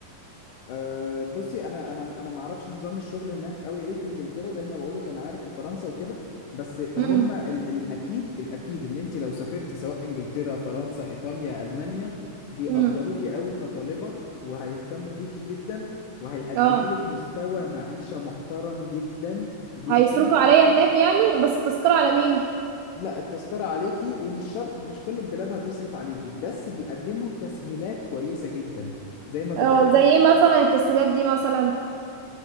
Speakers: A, on the left (about 80°); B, on the right (about 85°).
A: أه بصي انا انا انا ما اعرفش نظام الشغل هناك قوي ايه في انجلترا زي ما بقولك انا عارف في فرنسا وكده بس
B: امم
A: هم ال الاكيد الاكيد ان انت لو سافرتي سواء انجلترا فرنسا ايطاليا المانيا بيقدروكي
B: امم
A: قوي كطالبة وهيهتموا بيكي جدا وهيقدموا
B: اه
A: لك مستوى معيشة محترم جدا جدا
B: هيصرفوا عليا هناك يعني بس التذكرة على مين
A: لا التذكرة عليكي ومش شرط مش كل البلاد هتصرف عليكي بس بيقدموا تسهيلات كويسة جدا زي ما بقولك
B: اه زي ايه مثلا التسهيلات دي مثلا